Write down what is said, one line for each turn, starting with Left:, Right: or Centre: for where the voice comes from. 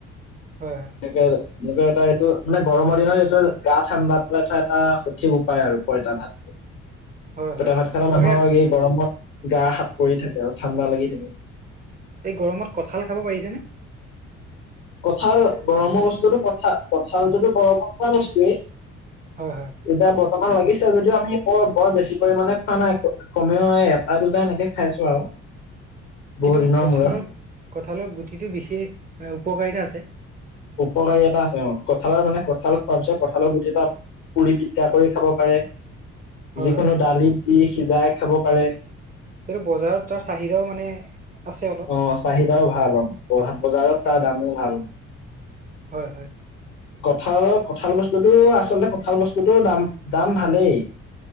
Right: হয়।
Left: একে, এনেকে এটা এইটো মানে গৰমৰ দিনত এইটোৰ গা ঠাণ্ডা পেলাই থোৱা এটা সঠিক উপায় আৰু পইতা ভাত।
Right: হয় হয়
Left: পইতা
Right: হয়।
Left: ভাত খালে
Right: আপোনালোকে
Left: মানুহৰ এই গৰমত গা সাত পৰি থাকে আৰু ঠাণ্ডা লাগি থাকে।
Right: এই গৰমত কঁঠাল খাব পাৰিছেনে?
Left: কঁঠাল গৰমৰ বস্তুটো কঁঠাল কঁঠালটোতো গৰমত খোৱা বস্তুৱেই।
Right: হয় হয়।
Left: এতিয়া বৰ্তমান লাগিছে যদিও আমি বৰ বেছি পৰিমণে খোৱা নাই কমেও এটা দুটা এনেকে খাইছো আৰু বহু
Right: কিন্তু
Left: দিনৰ
Right: কঁঠালৰ
Left: মূৰত।
Right: কঁঠালৰ গুটিটো বিশেষ মানে উপকাৰিতা আছে।
Left: উপকাৰী এটা আছে অ' কঁঠালৰ মানে কঁঠাল খোৱাৰ পিছত কঁঠালৰ গুটি এটা পুৰি, পিটিকা কৰি খাব পাৰে।
Right: হয়
Left: যিকোনো
Right: হয়।
Left: ডালিত দি সিজাই খাব পাৰে।
Right: কিন্তু বজাৰত তাৰ চাহিদাও মানে আছে অলপ
Left: অ' চাহিদাও ভাল বজাৰত
Right: হয়
Left: তাৰ, দামো ভাল।
Right: হয়, হয়।
Left: কঁঠালৰ কঁঠাল বস্তুটো আচলতে কঁঠাল বস্তুটো দাম দাম ভালেই। <inaudible>